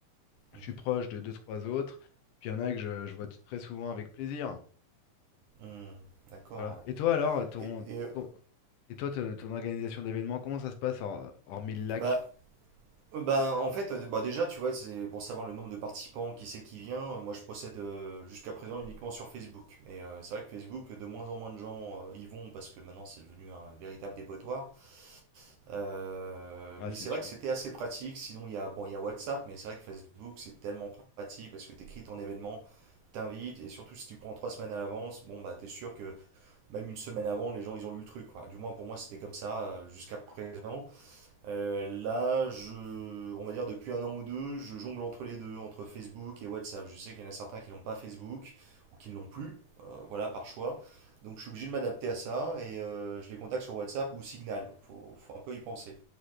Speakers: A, on the right; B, on the left.
A: Mhm.
B: Je suis proche de deux, trois autres. Puis il y en a que je, je vois t- très souvent avec plaisir.
A: Mhm. D'accord,
B: Voilà. Et toi alors, ton,
A: ouais. Et, et, euh,
B: ton- et toi, te- ton organisation d'événements, comment ça se passe hors- hormis le lac?
A: bah, euh, bah, en fait, euh, bah, déjà, tu vois, c'est pour savoir le nombre de participants, qui c'est qui vient. euh, Moi, je procède euh, jusqu'à présent uniquement sur Facebook. Et euh, c'est vrai que Facebook, de moins en moins de gens euh, y vont parce que maintenant, c'est devenu un véritable dépotoir. Euh,
B: Ah,
A: mais
B: c'est
A: c'est
B: sûr.
A: vrai que c'était assez pratique. Sinon, il y a, bon, il y a WhatsApp, mais c'est vrai que Facebook, c'est tellement pratique parce que tu écris ton événement, t'invites, et surtout si tu prends trois semaines à l'avance, bon, bah, t'es sûr que même une semaine avant, les gens, ils ont lu le truc, quoi. Du moins, pour moi, c'était comme ça euh, jusqu'à présent. Euh, là, je, on va dire depuis un an ou deux, je jongle entre les deux, entre Facebook et WhatsApp. Je sais qu'il y en a certains qui n'ont pas Facebook ou qui ne l'ont plus, euh, voilà, par choix. Donc je suis obligé de m'adapter à ça et euh, je les contacte sur WhatsApp ou Signal. Donc faut, faut un peu y penser.